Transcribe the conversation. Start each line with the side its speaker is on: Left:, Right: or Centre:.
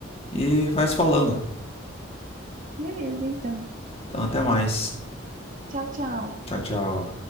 Left: e vai se falando.
Right: Beleza, então.
Left: Então até mais.
Right: Tchau, tchau.
Left: Tchau, tchau.